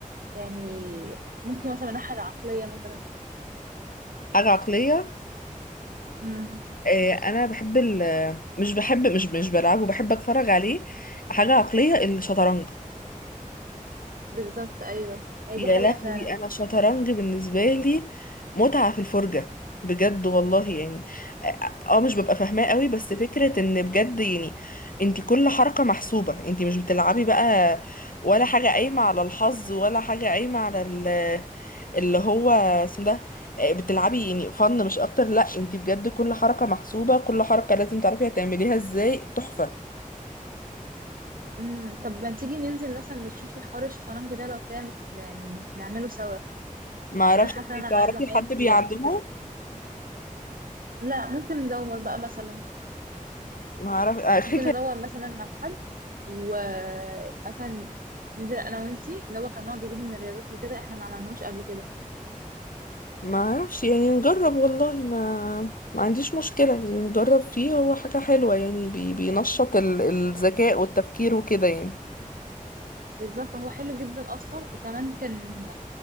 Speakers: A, on the right (about 80°); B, on the left (about 75°).
A: يعني ممكن مثلا من الناحيه العقليه مثلا
B: <laughs> حاجه عقليه
A: امم
B: آه، انا بحب ال مش بحب مش مش بلعبه بحب اتفرج عليه حاجه عقليه الشطرنج
A: بالظبط ايوه هي
B: يا
A: دي حقيقه
B: لهوي
A: فعلا
B: انا شطرنج بالنسبه لي متعه في الفرجه بجد والله يعني اه آه، مش ببقى فاهماه قوي بس فكره ان بجد يعني انت كل حركه محسوبه انت مش بتلعبي بقى ولا حاجه قايمه على الحظ ولا حاجه قايمه على ال- اللي هو اسمه ده آه، بتلعبي يعني فن مش اكتر لا انت بجد كل حركه محسوبه كل حركه لازم تعرفي هتعمليها ازاي تحفه
A: امم طب ما تيجي ننزل مثلا نشوف الحوار الشطرنج ده لو كان يعني نعمله سوا
B: ما اعرفش
A: لان انا حاسه
B: انت
A: ان انا
B: تعرفي
A: عايزه اغير
B: حد
A: في الرياضات
B: بيعلمه
A: وكده لا ممكن ندور بقى مثلا
B: ما اعرف
A: ممكن
B: <laughs>
A: ندور مثلا على حد ومثلا ننزل انا وانتي اللي هو كان نوع جديد من الرياضات وكده احنا ما عملناهوش قبل كده
B: ما اعرفش يعني نجرب والله ما ما عنديش مشكلة يعني نجرب فيه هو حاجة حلوة يعني بي... بينشط ال... الذكاء والتفكير وكده يعني
A: بالظبط هو حلو جدا اصلا وكمان كان